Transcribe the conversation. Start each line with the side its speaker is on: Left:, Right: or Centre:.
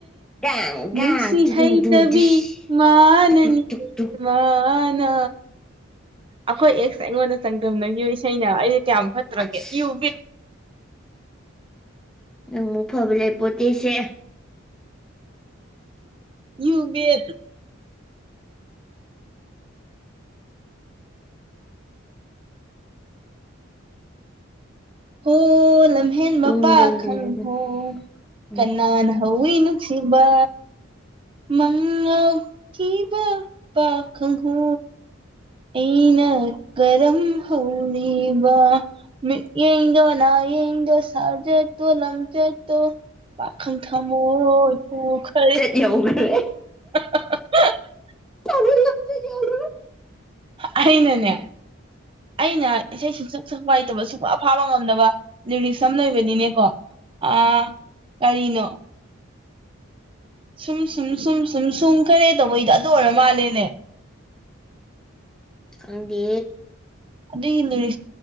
Centre: ꯗꯥꯡ ꯗꯥꯡ
Right: ꯅꯨꯡꯁꯤ
Centre: ꯇꯨꯗꯨꯡ
Right: ꯍꯩꯇ
Centre: ꯗꯨꯡ ꯗꯤꯁ
Right: ꯕꯤ ꯃꯅꯅꯤ
Centre: ꯇꯨꯛ ꯇꯨꯛ ꯇꯨꯛ ꯇꯨꯛ
Right: ꯃꯥꯅꯥ ꯑꯩꯈꯣꯏ ꯑꯦꯛꯁꯦ ꯑꯩꯉꯣꯟꯗ ꯆꯥꯡꯗꯝꯅꯒꯤꯨ ꯏꯁꯩꯅ ꯑꯩꯁꯦ ꯀꯌꯥꯝ ꯐꯠꯇ꯭ꯔꯒꯦꯨ
Centre: ꯑꯁ ꯅꯪ ꯑꯃꯨꯛ ꯐꯕ ꯂꯩ ꯄꯣꯠꯇꯦꯁꯦ
Right: ꯌꯕꯦꯠ ꯍꯣ ꯂꯝꯍꯦꯟ
Centre: ꯇꯨꯝꯗꯅ
Right: ꯃꯄꯥ ꯈꯪꯍꯣ
Centre: ꯂꯩꯔꯒꯅ ꯎꯝ
Right: ꯀꯅꯥꯅ ꯍ ꯏꯅꯨꯁꯤꯕ ꯃꯉꯧꯈꯤꯕ ꯄꯈꯍ ꯑꯩꯅ ꯀꯔꯝ ꯍꯧꯔꯤꯕ ꯃꯤ ꯏꯗ ꯅ ꯏ ꯏꯣ ꯁꯥꯔꯖ ꯇꯣ ꯂꯝꯆ ꯇ ꯄꯥꯈꯪ ꯊꯃ ꯊ ꯈꯔ
Centre: ꯌꯧꯕꯦ
Right: ꯂꯣꯏꯔꯦꯗꯅ
Centre: ꯁꯥꯖꯠ ꯂꯝꯆꯠ ꯌꯧꯈ꯭ꯔꯦ
Right: ꯑꯅꯅꯦ ꯑꯩꯅ ꯏꯁꯩ ꯁꯨꯡꯁꯛ ꯁꯛꯄꯥꯏꯇꯕ ꯁꯨꯡ ꯑꯐꯥꯕ ꯉꯝꯗꯕ ꯔꯤꯁ ꯑꯃ ꯂꯩꯕꯅꯤꯅꯦꯀꯣ ꯑ ꯀꯔꯤꯅꯣ ꯁꯨꯝ ꯁꯨꯝ ꯁꯨꯝ ꯁꯨꯝ ꯁꯨꯝ ꯈꯔꯦ ꯇꯧꯕꯩꯗꯣ ꯑꯗꯨ ꯑꯣꯏꯔ ꯃꯥꯜꯂꯦꯅꯦ
Centre: ꯈꯪꯗꯦ
Right: ꯑꯗꯨꯏꯒꯤ ꯅꯨꯅꯤ